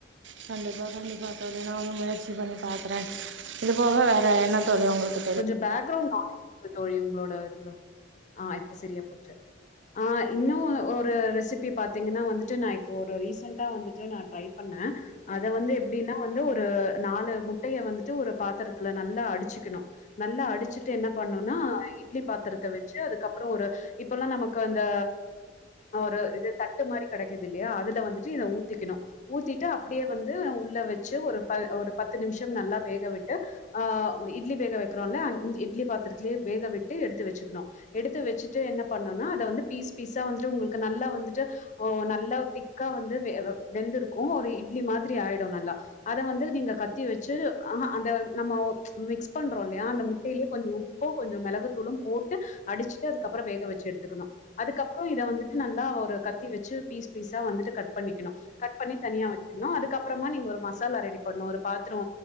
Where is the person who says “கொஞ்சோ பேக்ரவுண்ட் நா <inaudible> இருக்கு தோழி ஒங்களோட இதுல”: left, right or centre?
Left